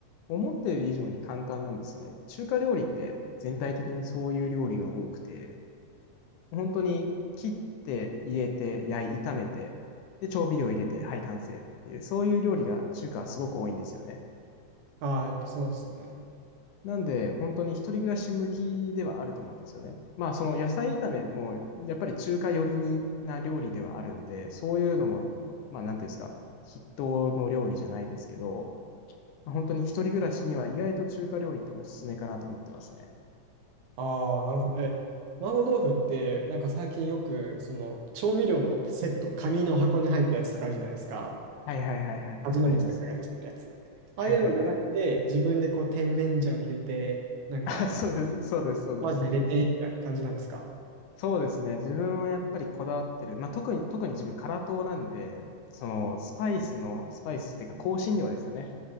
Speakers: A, on the left; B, on the right.
A: 思ってる以上に簡単なんですよね。中華料理って全体的にそういう料理が多くて、本当に切って入れて焼い、炒めて、で、調味料入れて、はい、完成っていう、そういう料理が中華はすごく多いんですよね。
B: ああ、やっぱそうですよね。
A: なんで、本当に一人暮らし向きではあると思うんですよね。まあ、その野菜炒めも、やっぱり中華寄りにな料理ではあるんで、そういうのも、まあ、なんていうんですか、筆頭の料理じゃないですけど、まあ本当に一人暮らしには意外と中華料理っておすすめかなと思ってますね。
B: ああ、なるほど。え、麻婆豆腐って、なんか最近よく、その調味料のセット、紙の箱に入ったやつとかあるじゃないですか。
A: はいはいはいはいはい、
B: 味の素とかが出してるやつ。
A: ありますね。
B: ああいうのじゃなくて、
A: はいはいはい。
B: 自分でこう、甜麺醤入れて、なんか、
A: あ、そうです、そうです、そうです、
B: 麻醤入れて、
A: そうです。
B: みたいな感じなんですか
A: そうですね。自分はやっぱりこだわってる。まあ、特に、特に自分、辛党なんで、その、スパイスの、スパイスっていうか、香辛料ですよね。